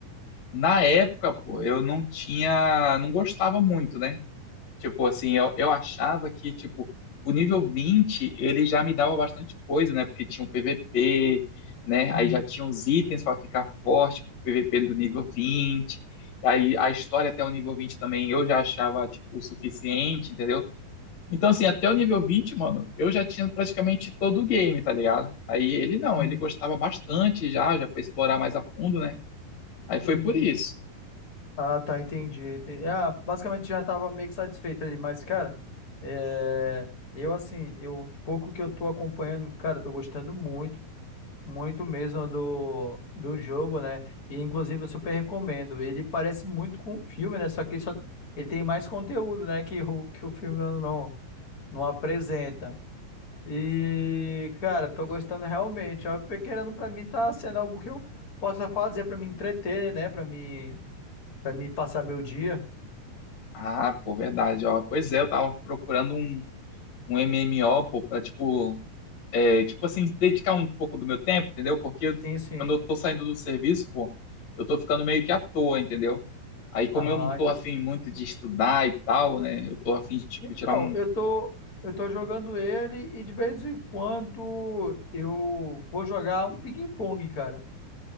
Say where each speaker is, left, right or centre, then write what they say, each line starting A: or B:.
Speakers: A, on the left; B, on the left.
A: Na época, pô, eu não tinha, não gostava muito, né? Tipo assim, eu, eu achava que, tipo, o nível 20 ele já me dava bastante coisa, né? Porque tinha um PVP, né?
B: Uhum.
A: Aí já tinha os itens para ficar forte, pro PVP do nível vinte Aí a história até o nível 20 também eu já achava, tipo, o suficiente, entendeu? Então, assim, até o nível
B: Uhum.
A: vinte mano, eu já tinha praticamente todo o game, tá ligado? Aí ele não,
B: Uhum.
A: ele gostava bastante já, já foi explorar mais a fundo, né? Aí foi
B: Uhum.
A: por isso.
B: Ah, tá, entendi. entendi. Ah, basicamente já tava meio que satisfeito ali, mas, cara, é, eu assim, eu pouco que eu tô acompanhando, cara, tô gostando muito, muito mesmo do, do jogo, né? E inclusive eu super recomendo. Ele parece muito com o filme, né? Só que ele só, ele tem mais conteúdo, né? Que o, que o filme não, não apresenta. E, cara, tô gostando realmente. Ó, porque querendo pra mim tá sendo algo que eu possa fazer pra me entreter, né? Pra me, para me passar meu dia.
A: Ah, pô, verdade, ó. Pois é, eu tava procurando um um MMO, pô, pra, tipo, é, tipo assim, dedicar um pouco do meu tempo, entendeu? Porque
B: Sim, sim.
A: quando eu tô saindo do serviço, pô, eu tô ficando meio que à toa, entendeu? Aí, como
B: Ah,
A: eu não tô
B: então,
A: afim muito de estudar e tal, né? Eu tô afim de, tipo,
B: então,
A: tirar um.
B: eu tô, eu tô jogando ele e de vez em quando eu vou jogar um ping-pong, cara.